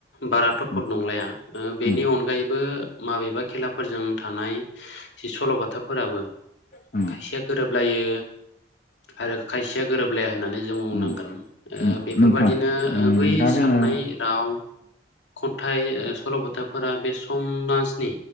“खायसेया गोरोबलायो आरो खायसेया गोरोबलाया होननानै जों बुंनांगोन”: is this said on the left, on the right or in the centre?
Left